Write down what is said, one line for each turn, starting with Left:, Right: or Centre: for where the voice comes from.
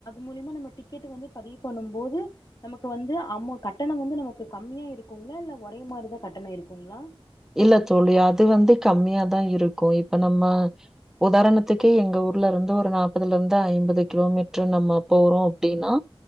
Left: மூலியமா நம்ப கேட்டு வந்து பதிவு பண்ணும் போது நமக்கு வந்து அம்மவு கட் கட்டணம் வந்து நமக்கு கம்மியா இருக்குங்களா இல்ல ஒரே மாதிரிதான் கட்டணம் இருக்குங்களா
Centre: இல்ல தோழி அது வந்து கம்மியாதான் இருக்கும் இப்ப நம்ம உதாரணத்துக்கே எங்க ஊர்ல இருந்து ஒரு நாற்பதுல இருந்து ஐம்பது கிலோமீட்டரு நம்ம போறோம் அப்படின்னா